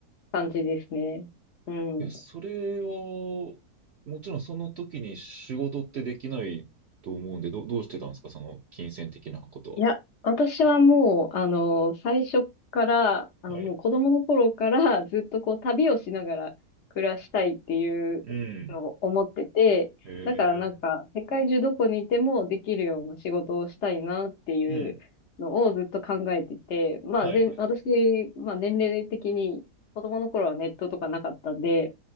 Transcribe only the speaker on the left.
感じですね。うん。
いや、私はもう、あの、最初から、あの、
もう子供の頃からずっとこう旅をしながら暮らしたいっていうのを思ってて、
だからなんか世界中どこにいてもできるような仕事をしたいなっていうのをずっと考えてて、
まあ、
全、私、まあ年齢的に子供の頃はネットとかなかったんで、